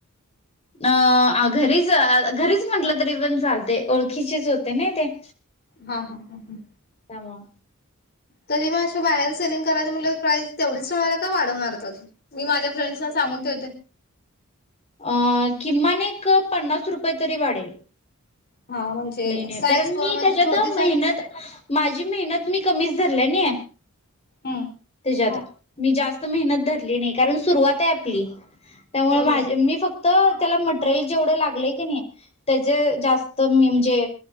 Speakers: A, on the left; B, on the left.
A: अ आ घरी च, घरीच म्हंटल तरी पण चालतय ओळखीचेच होते नाय ते
B: हा हा हा हम
A: त्यामुळ
B: तरी मं बाहेर सेलिंग करायच म्हंटल्यावर प्राईस तेवढीच ठेवणारेत का वाढवणार आहेत, अजून मी माझ्या फ्रेंडसना सांगून ठेवते
A: अ किमान एक पन्नास रुपये तरी वाढेल
B: हा म्हणजे
A: लई नाई
B: साईज
A: कारण
B: म्हणजे
A: मी त्याच्यात
B: छोटी साईज
A: मेहनत
B: अस.
A: माझी मेहनत मी कमीच धरलय नी
B: हम्म
A: ज्यादा मी जास्त मेहनत धरली नाही, कारण सुरवात आय आपली त्यामुळे
B: होय
A: माझे
B: होय
A: मी फक्त तेला मटरेल जेवढ लागले कणी, तेज जास्त मी म्हणजे